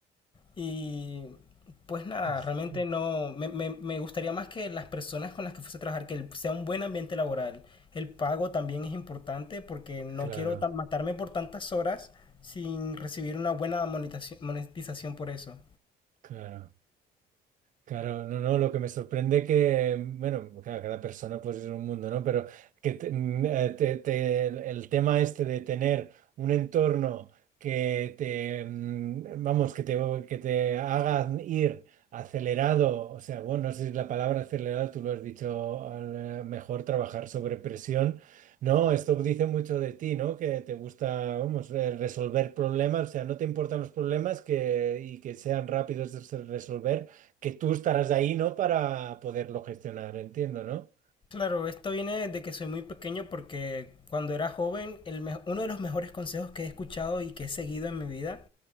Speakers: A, on the left (about 30°); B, on the right (about 50°).
A: Y pues nada,
B: <laughs>
A: realmente no, me, me, me gustaría más que las personas con las que fuese a trabajar, que el- sea un buen ambiente laboral. El pago también es importante porque no
B: Claro,
A: quiero tan- matarme por tantas horas sin recibir una buena monetaci- monetización por eso.
B: claro. Claro, no, no, lo que me sorprende que, bueno, claro, cada persona pues es un mundo, ¿no? Pero que te- mm, eh, te- te- el tema este de tener un entorno que te, mm, vamos, que te, que te haga ir acelerado, o sea, bueno, no sé si la palabra acelerado tú lo has dicho al, eh, mejor, trabajar sobre presión, ¿no? Esto dice mucho de ti, ¿no? Que te gusta, vamos, eh, resolver problemas, o sea, no te importan los problemas que, y que sean rápidos de resolver que tú estarás ahí, ¿no? Para poderlo gestionar, entiendo, ¿no?
A: Claro, esto viene de que soy muy pequeño porque cuando era joven, el me- uno de los mejores consejos que he escuchado y que he seguido en mi vida